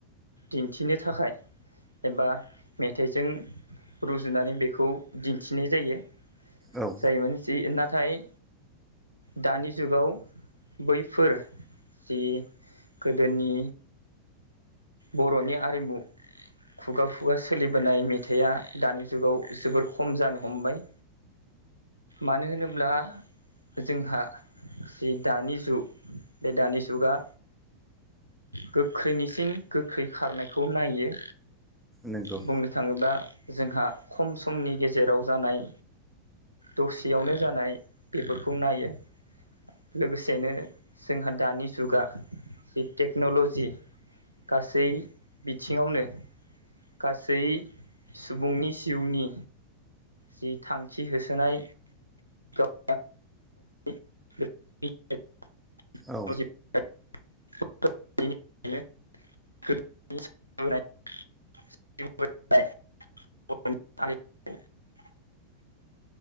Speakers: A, on the right; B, in the centre.
A: दिन्थिनो थाखाय एबा मेथाइजों रुजुनानै बेखौ दिन्थिनाय जायो।
B: औ
A: जायोमोन जि नाथाय दानि जुगाव बैफोर जि‌ गोदोनि बर'नि आरिमु। खुगा खुगा सोलिबोनाय मेथाइआ दानि जुगाव जोबोर खम जानो हमबाय। मानो होनोब्ला जोंहा जि दानि जुग बे दानि जुगा गोख्रैनिसिम गोख्रै खारनायखौ नायो।
B: नोंगौ।
A: बुंनो थाङोब्ला जोंहा खम समनि गेजेराव जानाय दसेयावनो जानाय बेफोरखौ नायो। लोगोसेनो जोंहा दानि जुगा जि टेक्न'ल'जि गासै बिथिङावनो गासै सुबुंनि जिउनि जि थांखि होसोनाय गाव <unintelligible>
B: औ
A: <unintelligible> <unintelligible>